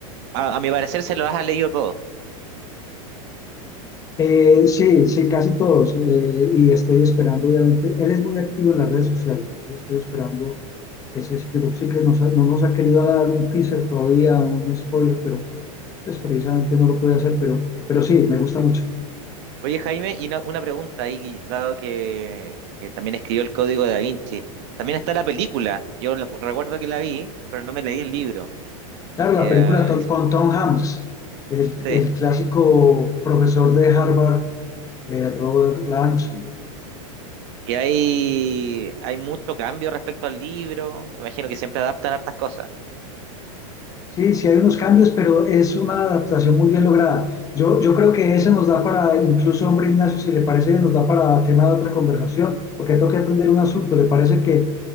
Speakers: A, on the right (about 50°); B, on the left (about 20°).
A: A, a mi parecer se lo has leído todo.
B: Eh, sí, sí, casi todos. eh, y estoy esperando, obviamente, él es muy activo en las redes sociales, entonces estoy esperando ese Secret of Secret. Nos ha- no nos ha querido dar un teaser todavía, un spoiler, pero pues, precisamente no lo puede hacer, pero, pero sí, me gusta mucho.
A: Oye, Jaime, y una, una pregunta ahí, dado que, que también escribió el Código de Da Vinci. También está la película. Yo la- recuerdo que la vi, pero no me leí el libro.
B: Claro, la
A: Eh,
B: película to- con Tom Hanks, el,
A: sí.
B: el clásico profesor de Harvard, eh, Robert Lanson.
A: Y hay, hay mucho cambio respecto al libro. Me Imagino que siempre adaptan hartas cosas.
B: Sí, sí hay unos cambios, pero es una adaptación muy bien lograda. Yo, yo creo que ese nos da para, incluso, hombre Ignacio, si le parece, nos da para tema de otra conversación, porque tengo que atender un asunto. ¿Le parece que,